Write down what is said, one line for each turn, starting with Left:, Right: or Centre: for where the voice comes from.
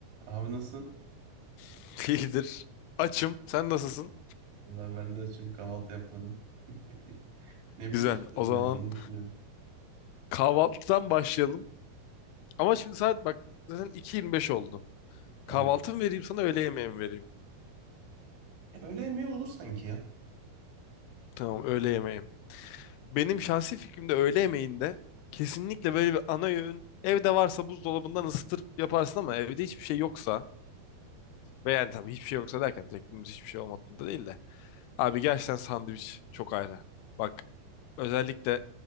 Right: Abi nasılsın?
Left: <laughs> İyidir. Açım. Sen nasılsın?
Right: Vallahi ben de açım kahvaltı yapmadım. <laughs> Ne
Left: Güzel.
Right: pişirdim
Left: O zaman
Right: ya bir onu düşünüyorum.
Left: kahvaltıdan başlayalım. Ama şimdi saat bak zaten 2.25 oldu.
Right: Tamam.
Left: Kahvaltı mı vereyim sana öğle yemeği mi vereyim?
Right: Öğle yemeği olur sanki ya.
Left: Tamam öğle yemeğim. Benim şahsi fikrimde öğle yemeğinde kesinlikle böyle bir ana öğün evde varsa buzdolabından ısıtır yaparsın ama evde hiçbir şey yoksa Ve yani tabii hiçbir şey yoksa derken teknemiz hiçbir şey olmadığında değil de. Abi gerçekten sandviç çok ayrı. Bak özellikle